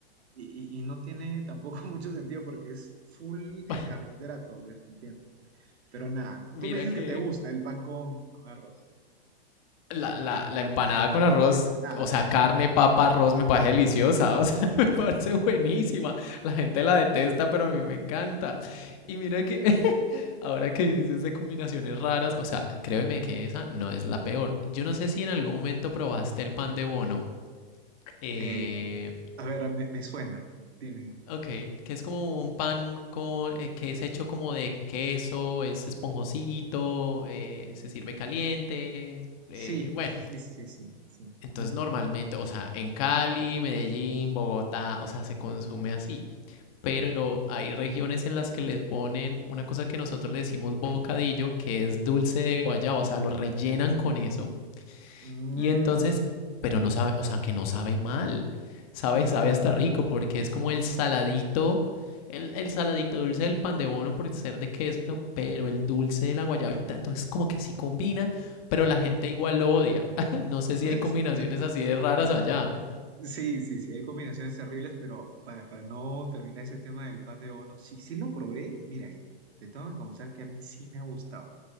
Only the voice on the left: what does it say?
<laughs>
mira
que
la, la, la empanada con arroz,
o sea, carne, papa, arroz, me parece deliciosa, <laughs> o sea, me parece buenísima. La gente la detesta, pero a mí me encanta. Y mira que <laughs> ahora que dices de combinaciones raras, o sea, créeme que esa no es la peor. Yo no sé si en algún momento probaste el pan de bono. Eh,
ok, que es como un pan con, eh, que es hecho como de queso, es esponjosito, eh, se sirve caliente. eh,
bueno.
Entonces
normalmente, o sea, en Cali, Medellín, Bogotá, o sea, se consume así. Pero hay regiones en las que les ponen una cosa que nosotros le decimos bocadillo, que es dulce de guayaba, o sea, lo rellenan con eso.
Y entonces, pero no sabe, o sea, que no sabe mal. Sabe, sabe hasta rico porque es como el saladito, el, el saladito dulce del pan de bono por ser de queso, pero el dulce de la guayabita. Entonces, como que sí combina, pero la gente igual lo odia. <laughs> No sé
si hay combinaciones así de raras allá.